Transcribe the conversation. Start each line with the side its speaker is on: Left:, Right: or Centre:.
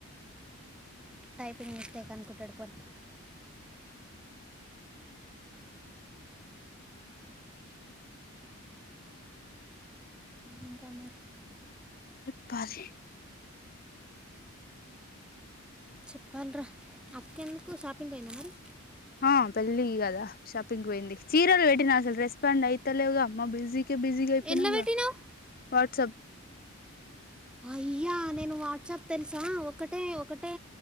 Centre: టైపింగ్ మిస్టేక్ అనుకుంటాడు పోరి ఇంకా మరి
Left: రెప్పాలీ
Centre: చెప్పాలిరా అక్కెందుకు షాపింగ్ పోయిందా మరి
Left: ఆ పెళ్ళి గదా షాపింగ్గొయింది చీరలు వెట్టినా అసలు రెస్పాండ్ అయితలేవుగ మ బిజీ కె బిజీ గైపెనావ్
Centre: ఎందులో
Left: గ,
Centre: పెట్టినావు
Left: వాట్సప్
Centre: అయ్యా నేను వాట్సాప్ తెలుసా ఒకటే ఒకటే